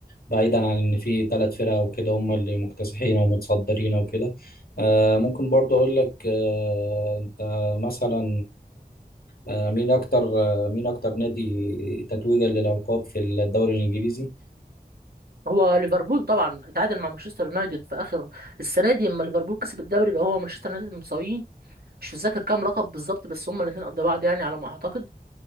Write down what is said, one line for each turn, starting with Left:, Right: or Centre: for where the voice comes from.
Left: بعيدا عن ان في ثلاث فرق وكده هم اللي مكتسحين ومتصدرين وكده آه ممكن برضو اقول لك آه انت مثلا آه مين اكتر آه مين اكتر نادي تتويجا للالقاب في الدوري الانجليزي
Right: هو ليفربول طبعا اتعادل مع مانشستر يونايتد في اخر السنه دي لما ليفربول كسب الدوري يبقى هو مانشستر يونايتد متساويين مش متذكر كام لقب بالظبط بس هما الاثنين قد بعض يعني على ما اعتقد